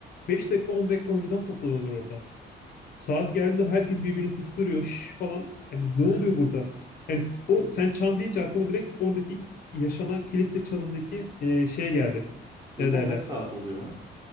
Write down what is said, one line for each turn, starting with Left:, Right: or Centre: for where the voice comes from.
Left: 5 dakika 10 dakika önceden toplanıyorlar orada. Saat geldiği zaman herkes birbirini susturuyor şş falan. Yani ne oluyor
Right: <laughs>
Left: burada? Yani o sen çan deyince aklıma direkt oradaki yaşanan kilise çanındaki e, şey geldi.
Right: Ve
Left: Ne
Right: bu
Left: derler?
Right: her saat oluyor ha.